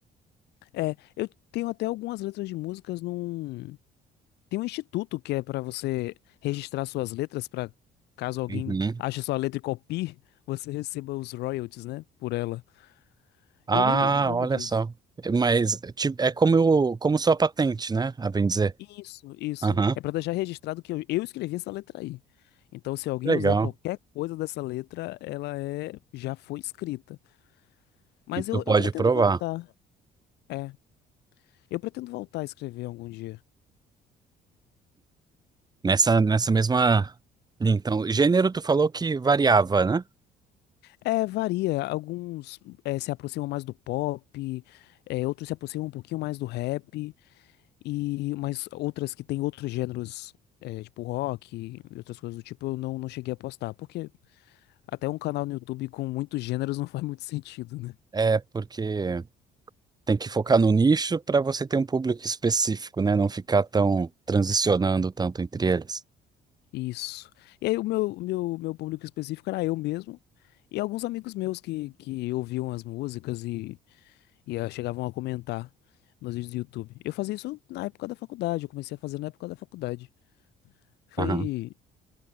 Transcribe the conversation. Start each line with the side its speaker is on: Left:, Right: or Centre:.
Left: É, eu tenho até algumas letras de músicas num. Tem um instituto que é para você registrar suas letras para caso alguém
Right: Uhum.
Left: ache sua letra e copie, <laughs> você receba os royalties, né, por ela.
Right: Ah,
Left: Eu nem lembro o nome
Right: olha
Left: disso.
Right: só. Mas tipo, é como eu, como sua patente, né? A bem dizer.
Left: Isso, isso.
Right: Aham.
Left: É para deixar registrado que eu, eu escrevi essa letra aí. Então, se alguém
Right: Legal.
Left: usar qualquer coisa dessa letra, ela é já foi escrita. Mas
Right: E
Left: eu,
Right: tu pode
Left: eu pretendo
Right: provar.
Left: voltar. É, eu pretendo voltar a escrever algum dia.
Right: Nessa, nessa mesma linha. Então, gênero, tu falou que variava, né?
Left: É, varia. Alguns eh, se aproximam mais do pop, eh, outros se aproximam um pouquinho mais do rap, e mas outras que têm outros gêneros, eh, tipo rock e outras coisas do tipo, eu não, não cheguei a postar, porque até um canal no YouTube com muitos gêneros <laughs> não faz muito sentido, né?
Right: É porque tem que focar no nicho para você ter um público específico, né? Não ficar tão transicionando tanto entre eles.
Left: Isso. E aí o meu, meu, meu público específico era eu mesmo e alguns amigos meus que, que ouviam as músicas e, e ah, chegavam a comentar nos vídeos do YouTube. Eu fazia isso na época da faculdade, eu comecei a fazer na época da faculdade. Foi,
Right: Aham.